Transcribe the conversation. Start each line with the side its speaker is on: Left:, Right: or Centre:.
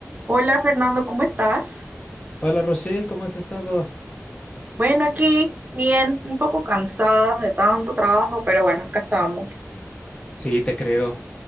Right: Hola Fernando, ¿cómo estás?
Left: Hola Rochelle, ¿cómo has estado?
Right: Bueno, aquí bien, un poco cansada de tanto trabajo, pero bueno, acá estamos.
Left: Sí, te creo.